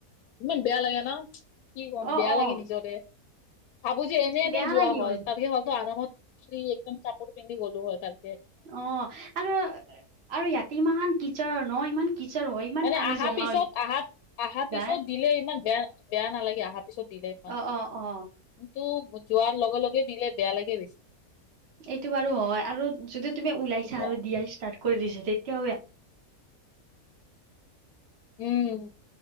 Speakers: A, on the left; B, on the right.
A: ইমান বেয়া লাগে ন কি কম
B: অ
A: বেয়া
B: অ
A: লাগে নিজৰে। ভাবো যে এনে এনে
B: বেয়া
A: যোৱা
B: লাগি
A: হ'ল
B: গৈ
A: তাতকে হয়তো আমৰত ফ্ৰী একদম কাপোৰ পিন্ধি গলো হয় তালে।
B: অ আৰু আৰু ইয়াতে ইমান কিচৰ ন ইমান কিচৰ হয়। ইমান
A: মানে
B: পানী
A: আহা
B: জমা
A: পিছত
B: হৈ
A: আহা আহা পিছত।
B: যায়
A: দিলে ইমান বেয়া-বেয়া নালাগে, আহা পিছত দিলে ইমান।
B: অ অ অ
A: কিন্তু যোৱাৰ লগে লগে দিলে বেয়া লাগে বেছি।
B: এইটো বাৰু হয় আৰু যদি তুমি ওলাইছা
A: কিবা
B: আৰু দিয়া ষ্টাৰ্ট কৰি দিছা তেতিয়াও
A: উম,